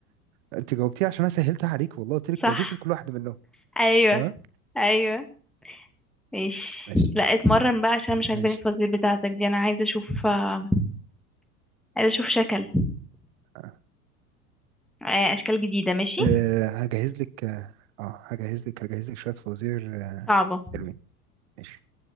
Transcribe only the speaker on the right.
انت جاوبتيه عشان انا سهلتها عليك والله قلت لك
وظيفة كل واحد منهم
تمام
ماشي
ماشي
اه
آه، هجهز لك اه آه، هجهز لك هجهز لك شوية فوازير آه،
حلوين ماشي